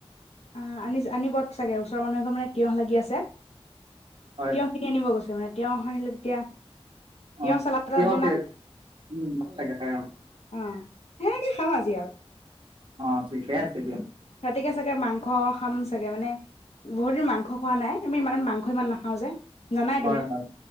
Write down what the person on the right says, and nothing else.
হয়
অ'
তিয়হ
খেত, উম ভাল লাগে খাই অ'।
অ' ঠিকে আছে দিয়া।
হয়
হয়,